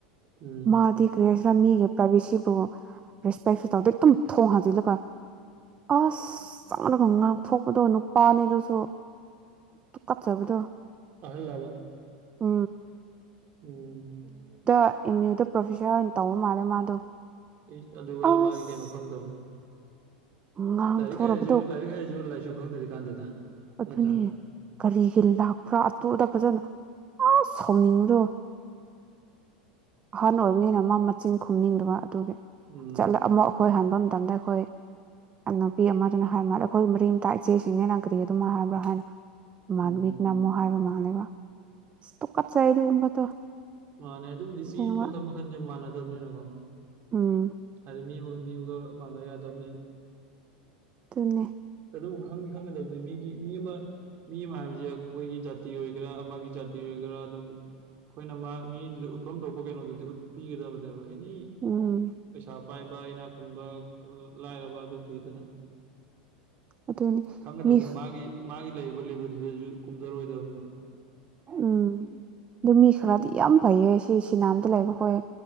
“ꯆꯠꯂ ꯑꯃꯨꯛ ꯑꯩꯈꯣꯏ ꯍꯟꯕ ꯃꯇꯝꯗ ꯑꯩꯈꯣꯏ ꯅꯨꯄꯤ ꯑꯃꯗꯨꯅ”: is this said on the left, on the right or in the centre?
Right